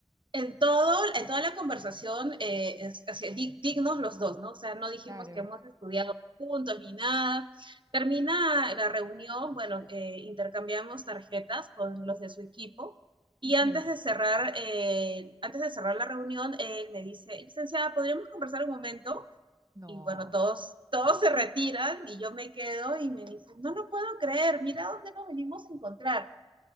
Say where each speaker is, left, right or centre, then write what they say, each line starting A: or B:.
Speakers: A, on the right; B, on the right.
A: en, todo, en toda la conversación, eh, es- así, di- dignos los dos, ¿no? O sea, no dijimos
B: Claro.
A: que hemos estudiado juntos ni nada. Termina la reunión, bueno, eh, intercambiamos tarjetas con los de su equipo. Y
B: Ok.
A: antes de cerrar, eh, antes de cerrar la reunión, él me dice, licenciada, ¿podríamos conversar un momento?
B: No.
A: Y bueno, todos, todos se retiran y yo me quedo y me dicen, no lo puedo creer, mira dónde nos venimos a encontrar.